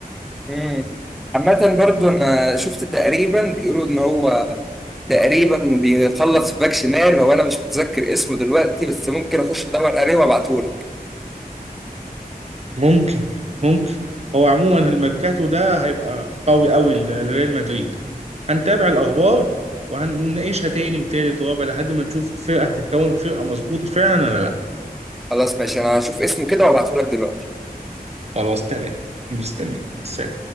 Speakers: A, in the centre; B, on the right.
A: مم. عامة برضو أنا شفت تقريبا بيقولوا إن هو تقريبا بيخلص في باك شمال هو أنا مش متذكر اسمه دلوقتي بس ممكن أخش أدور عليه وأبعتهولك
B: ممكن ممكن هو عموما الميركاتو ده هيبقى قوي قوي ل- لريال مدريد هنتابع الاخبار وهنناقشها تاني وتالت ورابع لحد ما نشوف الفرقه هتتكون فرقه مظبوطه فعلا ولا لا
A: خلاص ماشي أنا هشوف اسمه كده وأبعتهولك دلوقتي
B: خلاص تمام مستني سلام